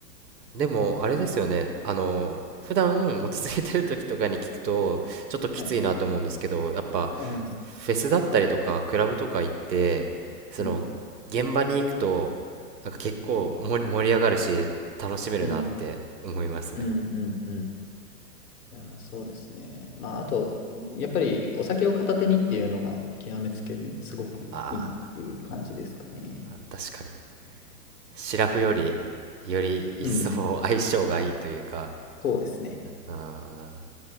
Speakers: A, on the right; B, on the left.
A: でも、あれですよね。あの、普段落ち着いてる時とかに聞くと、ちょっときついなと思うんですけど、
B: はい。
A: やっぱ、
B: 思います。
A: フェスだったりとか、クラブとか行って、その、
B: うん。
A: 現場に行くと、なんか結構盛り、盛り上がるし、楽しめるなって思いますね。
B: うん。うん。うん。うん。いやー、そうですね。まあ、あと、やっぱりお酒を片手にっていうのが、極めつけにすごくいいっていう感じですかね。
A: ああ、確かに。シラフより、より一層相性がいいというか、
B: うん。そうですね。
A: あ